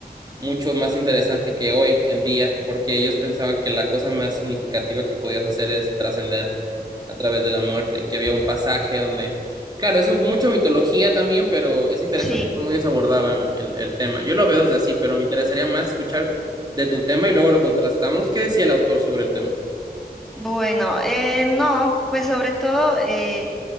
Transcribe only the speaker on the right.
mucho más interesante que hoy en día, porque ellos pensaban que la cosa más significativa que podías hacer es trascender a través de la muerte, y que había un pasaje donde, claro, es mucho mitología también, pero es interesante
cómo ellos abordaban el, el tema. Yo lo veo desde así, pero me interesaría más escuchar de tu tema y luego lo contrastamos. ¿Qué decía el autor sobre el tema?